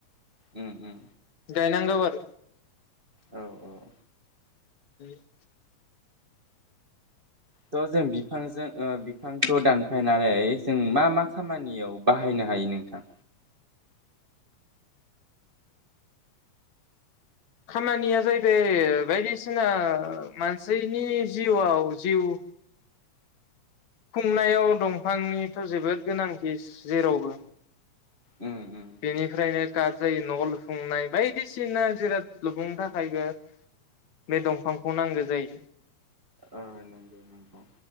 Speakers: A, on the right; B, on the left.
A: उम उम
B: गायनांगौ आरो
A: औ औ
B: <inaudible>
A: थ' जों बिफांजों ओ बिफांखौ दानफायनानै जों मा मा खामानियाव बाहायनो हायो नोंथां?
B: खामानिया जाहैबाय बायदिसिना मानसिनि जिउआव जिउ खुंनायाव दंफांनिथ जोबोद गोनांथि जेरावबो।
A: उम उम
B: बेनिफ्रायनो गारजायो न'आव लुफुंनाय बायदिसिना जिराद लुफुंनो थाखायबो बे दंफांखौ नांगौ जायो
A: ओ नंगौ नंगौ